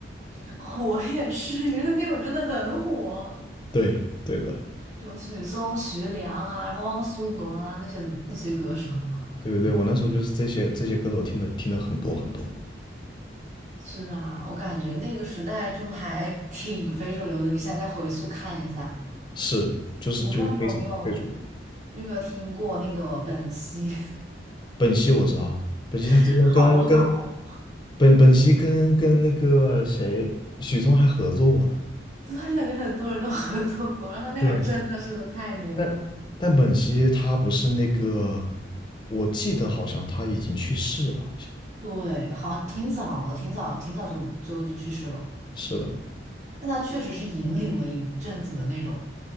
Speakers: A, on the right (about 40°); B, on the left (about 25°).
A: <laughs> 我也是，因为那会儿真的很火，
B: 对对的，
A: 什么许嵩、徐良啊，然后汪苏泷啊，那些那些歌手。<laughs>
B: 对对对，我那时候就是这些这些歌手听的听的很多很多。
A: 是啊，我感觉那个时代就还挺非主流的。你现在再回溯看一下。
B: 是，就是就非常非主流。
A: 我不知道你有没有，你有没有听过那个本兮，
B: 本兮我知道，本兮他之前跟跟
A: <laughs> 好老哦，
B: 本本兮跟跟那个谁许嵩还合作过呢。
A: <laughs> 对，那跟很多人都合作过，然后他那会儿真的是太牛了，
B: 对，但但本兮他不是那个，我记得好像他已经去世了，好像
A: 对，好，挺早了，挺早，挺早就就就去世了，
B: 是的，
A: 但他确实是引领了一阵子的那种